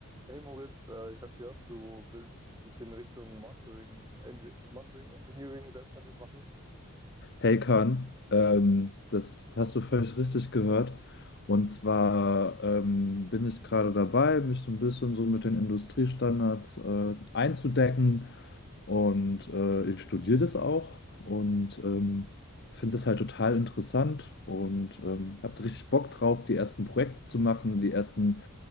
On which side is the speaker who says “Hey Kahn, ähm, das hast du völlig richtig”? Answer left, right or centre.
Left